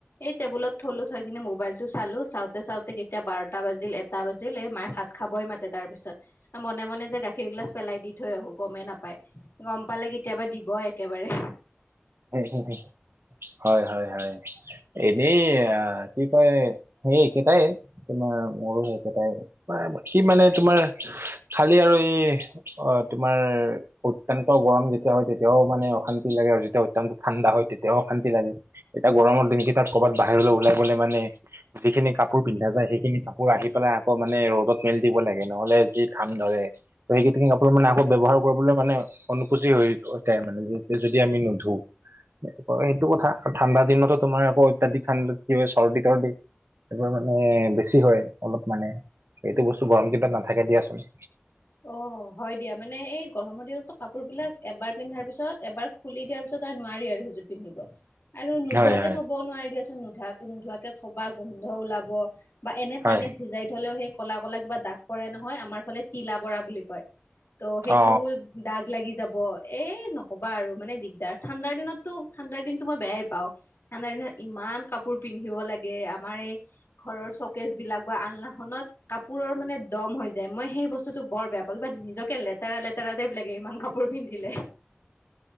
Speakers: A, on the left (about 75°); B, on the right (about 75°).
A: এই টেবুলত থলো থৈ কিনে মোবাইল টো চালো চাওঁতে -চাওঁতে কেতিয়া বাৰটা বাজিল, এটা বাজিল এই মাইয়ে ভাত খাবই মাতে তাৰ পিছত আ মনে -মনে যে গাখীৰ গিলাছ পেলাই দি থৈ আহো গমেই নাপায়। গম পালে কেতিয়াবা দিব একেবাৰে।
B: <unintelligible> হয়-হয়, -হয়। এনেইয়া কি কয় সেই একেইটাই তোমাৰ মোৰো সেই একেইটাই। কি মানে তোমাৰ খালি আৰু এই অ, তোমাৰ অত্যন্ত গৰম যেতিয়া হয় তেতিয়াও মানে অশান্তি লাগে আৰু যেতিয়া অত্যান্ত ঠাণ্ডা হয় তেতিয়াও শান্তি লাগে এতিয়া গৰমৰ দিনকেইটাত ক'বাত বাহিৰলে ওলাই গলে মানে যিখিনি কাপোৰ পিন্ধা যায় সেইখিনি কাপোৰ আহি পেলাই আকৌ মানে ৰ'দত মেলি দিব লাগে নহলে যি ঘাম ধৰে। <unintelligible> সেইপিনি কাপোৰ মানে আকৌ ব্যৱহাৰ কৰিবলৈ মানে অনুকূচি হৈ উঠে মানে যদি আমি নোধো। হয় এইটো কথা ঠাণ্ডা দিনতো তোমাৰ আকৌ অত্যাধিক ঠাণ্ডাত কি হয় চৰ্দি -তৰ্দি। এইবোৰ মানে বেছি হয় অলপ মানে এইটো বস্তু গৰম দিনত নাথাকে দিয়াছোন।
A: অ, হয় দিয়া মানে এই গৰমৰ দিনততো কাপোৰ বিলাক এবাৰ পিন্ধাৰ পিছত এবাৰ খুলি দিয়াৰ পিছত আৰু নোৱাৰি আৰু সিযোৰ পিন্ধিব আৰু নোধোৱাকে
B: হয় হয়
A: থবও নোৱাৰি দিয়াচোন নোধোৱাকে নোধোৱাকে থবা গোন্ধ ওলাব। বা এনে
B: হয়
A: পানীত ভিজাই থলেও সেই ক'লা ক'লা কিবা দাগ পৰে নহয় আমাৰ ফালে তিলা পৰা বুলি কয়। ত' সেইটো
B: অ
A: দাগ লাগি যাব। এই নকবা আৰু মানে দিগদাৰ ঠাণ্ডাৰ দিনততো ঠাণ্ডাৰ দিনতো মই বেয়াই পাওঁ। ঠাণ্ডাৰ দিনত ইমান কাপোৰ পিন্ধিব লাগে আমাৰ এই ঘৰৰ চকেজ বিলাক বা আলনাখনত কাপোৰৰ মানে দম হৈ যায মই সেই বস্তু <unintelligible> বৰ বেয়া পাবিবা নিজকে লেতেৰা- লেতেৰা টাইপ লাগে ইমান কাপোৰ পিন্ধিলে।